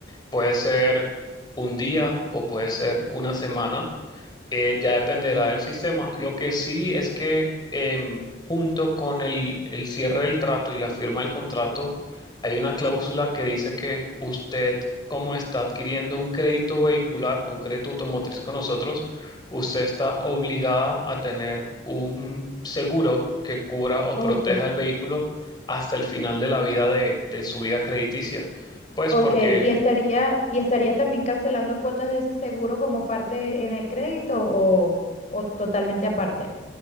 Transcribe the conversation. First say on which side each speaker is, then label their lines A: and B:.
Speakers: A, on the left (about 25°); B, on the left (about 40°).
A: Puede ser un día o puede ser una semana eh, ya dependerá del sistema. Lo que sí es que em, junto con el, el cierre del trato y la firma del contrato, hay una cláusula que dice que usted, como está adquiriendo un crédito vehicular o un crédito automotriz con nosotros, usted está obligada a tener un seguro que cubra o
B: ok,
A: proteja el vehículo hasta el final de la vida de, de su vida crediticia. Pues
B: ok.
A: porque
B: ¿Y estaría, y estaría también cancelando cuotas de ese seguro como parte en el crédito o, o totalmente aparte?